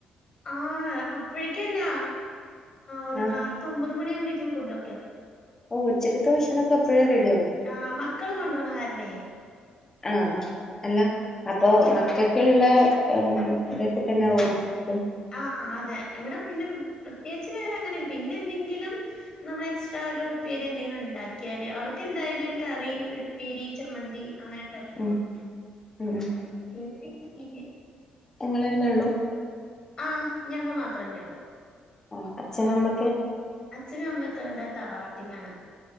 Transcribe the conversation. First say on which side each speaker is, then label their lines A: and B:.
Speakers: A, on the left; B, on the left.
A: ആ അപ്പോഴേക്കല്ല ഒരു
B: ആഹ്
A: കാലത്ത ഒമ്പത് മണിയ ആകുമ്പോഴേക്കും ഫുഡ ഒക്കെയകും
B: ഓ ഉച്ചക്ക്ത്തെ ഭക്ഷണക്കെപ്പഴേറെഡിയ ആകുമോ
A: ആഹ് മക്കൾ കൊണ്ട പോണ കാരനെ
B: ആഹ ആഹ അല്ല അപ്പൊ
A: ഭക്ഷണൊക്കെ
B: മക്ക
A: കൊ
B: ഒക്കെയള്ള ഇതൊക്കെ തന്നെ ഓ നും
A: ആഹ് അതെ ഇവിടെ പിന്നെ പ്രത്യേകിച്ച് വേറെങ്ങനെ പിന്നെ എന്തെങ്കിലും നമ്മൾ എക്സ്ട്രാ ഒരു പേരുന്ന എലും ഉണ്ടക്കിയാൽ അവർക്ക് എന്തായാലും ഒരു കറി ഉപ്പേരി ചമ്മന്തി മ്മന്തി അങ്ങനെ ഉണ്ടാക്കിടുക്കും
B: ഉം ഉം ഉം
A: പിന്നെ
B: അങ്ങനെന്നെ ഉള്ളൂ
A: ആ ഞങ്ങ മാത്രേന്നെ ഉള്ളൂ
B: ഓഹ് അച്ഛനമ്മക്കെ
A: അച്ഛനും അമ്മയൊക്കെ അവിടെ തറവാട്ടിലാണ്